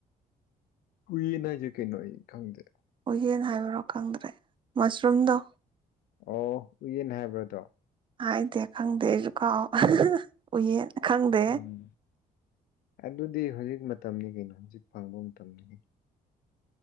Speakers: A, on the left; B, on the right.
A: ꯎꯌꯦꯟ ꯍꯥꯏꯁꯦ ꯀꯩꯅꯣ ꯑꯩ ꯈꯪꯗꯦ
B: ꯎꯌꯦꯟ ꯍꯥꯏꯕ꯭ꯔꯣ ꯈꯪꯗ꯭ꯔꯦ ꯃꯁꯔꯨꯝꯗꯣ
A: ꯑꯣ ꯎꯌꯦꯟ ꯍꯥꯏꯕ꯭ꯔꯥ ꯑꯗꯣ
B: ꯍꯥꯏꯗꯦ ꯈꯪꯗꯦ ꯑꯩꯖꯨꯀꯥꯎ ꯑꯥꯍꯑꯥꯍ ꯎꯌꯦꯟ ꯈꯪꯗꯦ
A: ꯎꯝ ꯑꯗꯨꯗꯤ ꯍꯧꯖꯤꯛ ꯃꯇꯝꯅꯤ ꯀꯩꯅꯣ ꯍꯧꯖꯤꯛ ꯐꯪꯕ ꯃꯇꯝꯅꯤ ꯀꯩꯅꯣ